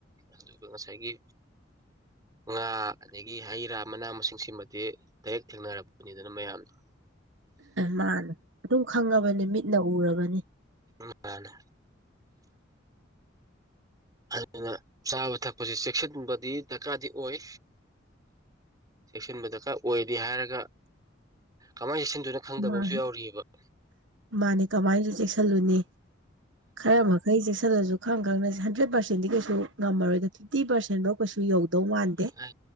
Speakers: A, on the right; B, on the right.
A: ꯑꯗꯨꯒ ꯉꯁꯥꯏꯒꯤ ꯉꯥ ꯑꯗꯒꯤ ꯍꯩ ꯔꯥ ꯃꯅꯥ ꯃꯁꯤꯡꯁꯤꯃꯗꯤ ꯗꯩꯔ‌ꯦꯛ ꯊꯦꯡꯅꯔꯕꯅꯤꯗꯅ ꯃꯌꯥꯝꯅꯥ
B: ꯃꯥꯅꯦ ꯑꯗꯨꯝ ꯈꯪꯉꯕꯅ‌ꯦ ꯃꯤꯠꯅ ꯎꯔꯕꯅꯤ
A: ꯎꯝ ꯃꯥꯅꯦ ꯑꯗꯨꯅ ꯆꯥꯕ ꯊꯛꯄꯁꯤ ꯆꯦꯛꯁꯤꯟꯕꯗꯤ ꯗꯔꯀꯥꯔꯗꯤ ꯑꯣꯏ ꯆꯦꯛꯁꯤꯟꯕ ꯗꯔꯀꯥꯔ ꯑꯣꯏꯗꯤ ꯍꯥꯏꯔꯒ ꯀꯃꯥꯏ ꯆꯦꯛꯁꯤꯟꯗꯨꯅꯣ ꯈꯪꯗꯕ
B: ꯃꯥꯅꯦ
A: ꯑꯝꯁꯨ ꯌꯥꯎꯔꯤꯑꯕꯥ
B: ꯃꯥꯅꯦ ꯀꯃꯥꯏꯁꯨ ꯆꯦꯛꯁꯜꯂꯨꯅꯤ ꯈꯔ ꯃꯛ ꯈꯩ ꯆꯦꯛꯁꯤꯜꯂꯖꯨ ꯈꯪ ꯈꯪꯅꯁꯦ ꯍꯟꯗ꯭ꯔꯦꯠ ꯄꯥꯔꯁꯦꯟꯗꯤ ꯀꯩꯁꯨ ꯉꯝꯃꯔꯣꯏꯗ ꯐꯤꯞꯇꯤ ꯄꯥꯔꯁꯦꯟꯐꯧ ꯀꯩꯁꯨ ꯌꯧꯗꯧ ꯃꯥꯟꯗꯦ
A: ꯑꯥ